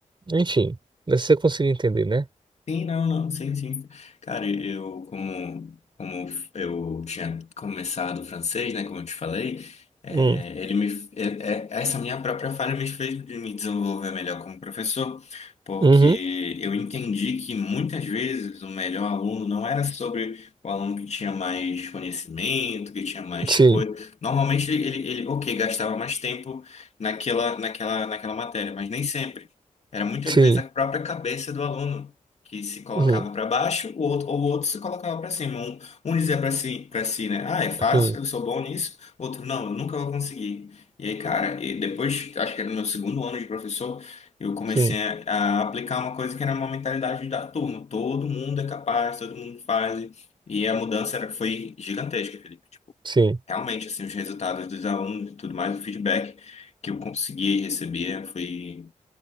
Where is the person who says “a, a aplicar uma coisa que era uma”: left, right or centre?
Left